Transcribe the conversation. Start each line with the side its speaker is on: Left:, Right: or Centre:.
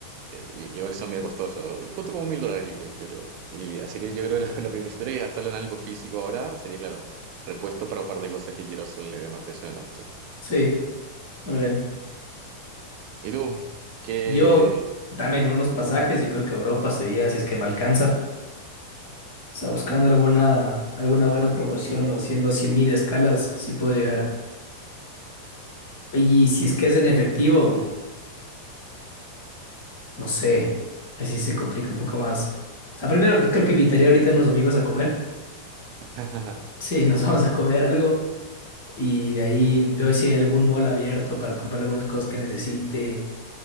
Right: eh, i- igual son medio costosos, justo como mil dólares, yo creo. yo creo. Y así que yo creo que lo, <laughs> lo primero, si tuviera que gastarlo en algo físico ahora, sería, claro, repuestos para un par de cosas que quiero hacerle de mantención al auto.
Left: sí, muy bien.
Right: ¿Y tú? ¿Qué?
Left: Yo también unos pasajes, yo creo que Europa sería, si es que me alcanza. O sea, buscando alguna, alguna buena promoción o siendo cien mil escalas, si puedo llegar. Y si es que es en efectivo, no sé, así se complica un poco más. O sea, primero creo que invitaría ahorita a unos amigos a comer.
Right: <laughs>
Left: Sí, nos vamos a comer algo y de ahí veo si hay algún mall abierto para comprar algunas cosas que necesite.